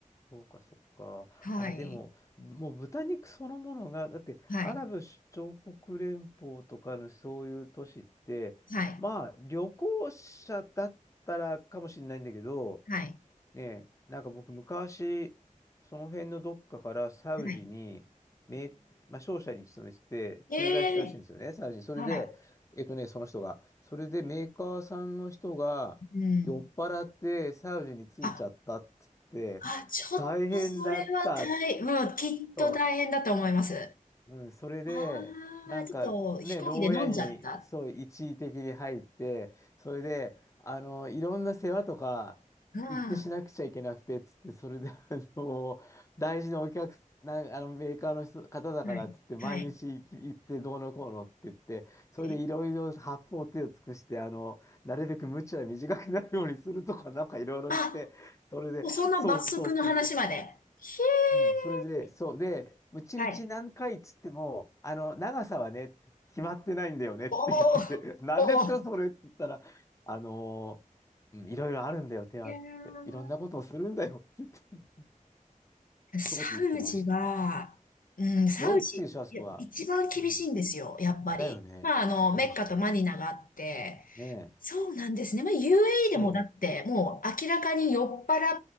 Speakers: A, on the left; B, on the left.
A: そうか、そうか。
B: はい。
A: あ、でも、ぶもう豚肉そのものが、だって、
B: はい。
A: アラブ首長国連邦とかのそういう都市って、
B: はい。
A: まあ、旅行者だったらかもしれないんだけど、
B: はい。
A: ねえ、なんか僕昔、その辺のどっかからサウジに、
B: はい。
A: 名まあ、商社に勤めてて、
B: ええ
A: 駐在したらしいんですよね、サウジに。それで、
B: はい。
A: えっとね、その人が。それでメーカーさんの人が酔っ払ってサウジに着いちゃったって言って、
B: うん。あ、あ、ちょっとそれは大、
A: 大変だったっつって。
B: うん、きっと大変だと思います。
A: そううん、それで、
B: あ
A: なんかね、
B: あ、ちょっと飛行機で飲んじゃった。
A: 牢屋にそう一時的に入って、
B: あ
A: それで、あの、いろんな世話とか行ってしなくちゃいけなくて、
B: あ、
A: つって、それで、あの、大事なお客な、あの、メーカーの人方だからっつって、
B: うん。
A: 毎日行き行ってどうのこうのって言って、
B: はい。
A: それでいろいろ八方手を尽くして、
B: はい。
A: あの、なるべく鞭は短くなるようにするとか、なんかいろいろ言って、
B: あ、
A: それで、
B: もうそんな罰則の話まで。
A: そうそうそうそう。
B: ひ
A: うん、それで、
B: え
A: そう。で、うち打ち何回っつっても、
B: ー。はい。
A: あの、長さはね、決まってないんだよねって言ってて、
B: おお、
A: <laughs> 何ですか、
B: おお。
A: それって言ったら、あのーうん、いろいろあるんだよ、手はって言って、
B: いやー、
A: いろんなことをするんだよって言って、そうっ
B: サウジは、
A: て言ってました。
B: うん、サウジ、
A: すごいきついでしょ、あそこは。
B: いや一番厳しいんですよ、
A: うん。
B: やっぱり。
A: だよね。
B: まあ、あの、
A: そうでしょう。
B: メッカとマニナがあって、
A: ねえ。
B: そうなんですね。まあ、UAE
A: そ
B: でもだって、もう明らかに酔っ払っ